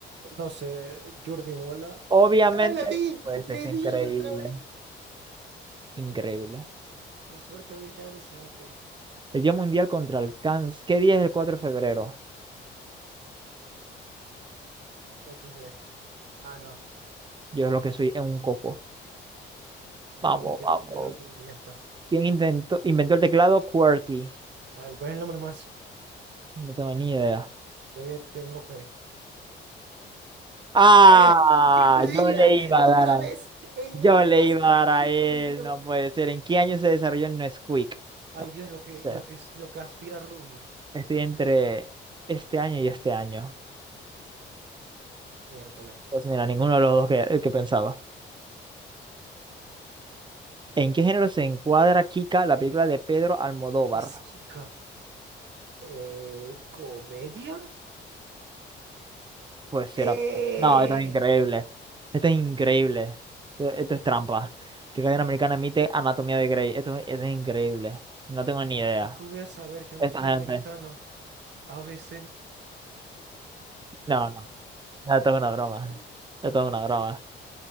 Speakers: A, on the right; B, on the right.
A: no sé, Jordi Mola.
B: obviamente,
A: ¡Ah, la di!
B: pues
A: ¡Le
B: es increíble.
A: di otra vez!
B: Increíble.
A: Mi suerte hoy está alucinante.
B: El Día Mundial contra el Cáncer. ¿Qué día es el 4 de febrero?
A: equis de Ah, no.
B: Yo es lo que soy en un coco.
A: Bueno,
B: Vamos,
A: creo
B: vamos,
A: pelotudo, ya está.
B: ¿Quién inventó, inventó el teclado QWERTY?
A: A ver, ¿cuál es el nombre más?
B: No tengo ni idea.
A: Yo ya tengo fe.
B: Ah,
A: ¡Eh! ¿Quién lo diría?
B: yo le iba
A: Otra
B: a dar a,
A: vez, el
B: yo
A: nombre
B: le
A: más
B: iba
A: científico
B: a dar a él,
A: le dio.
B: no puede ser. ¿En qué año se desarrolló el Nesquik?
A: Ay,
B: No puede
A: Dios, lo que,
B: ser.
A: lo que, es- lo que aspira Rubius.
B: Estoy entre este año y este año.
A: Miércoles.
B: Pues mira, ninguno de los dos que, que pensaba. ¿En qué género se encuadra Kika, la película de Pedro Almodóvar?
A: ¿Qué es Kika? Eh, ¿comedia?
B: Pues sí,
A: ¡Eh!
B: era como, No, esto es increíble. Esto es increíble. Esto, esto es trampa. Que Cadena Americana emite Anatomía de Grey. Esto, esto es increíble. No tengo ni idea.
A: ¿Yo qué voy a saber? Yo no
B: Esta
A: soy
B: gente.
A: americano. A ABC.
B: No, no. No, esto es una broma.
A: <laughs>
B: Esto es una broma.